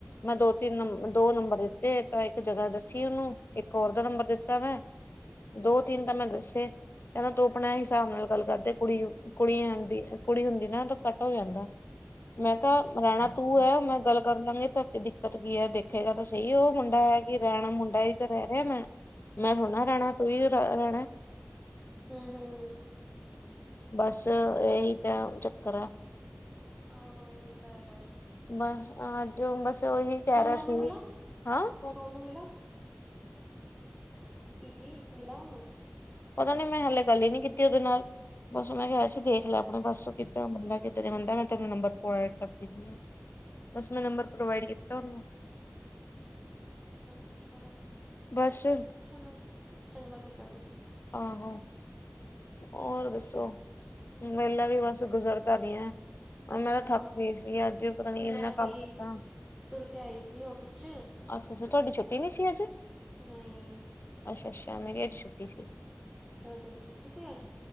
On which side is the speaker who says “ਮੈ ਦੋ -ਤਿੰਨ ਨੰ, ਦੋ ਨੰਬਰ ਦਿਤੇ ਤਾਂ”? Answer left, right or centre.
Left